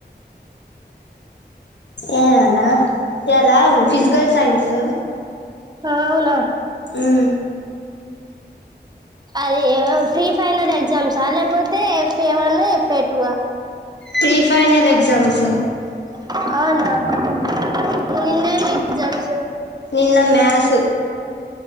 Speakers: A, on the left; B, on the right.
A: ఏ అలా ఎలా ఫిజికల్ సైన్స్
B: ఆ అవునా
A: మ్మ్
B: అది ప్రీ ఫైనల్ ఎగ్జామ్సా లేకపోతే ఎఫేవాన్నా ఎస్సే టు నా
A: ప్రీ ఫైనల్ ఎగజామ్స్
B: అవున
A: నిన్న మాథ్స్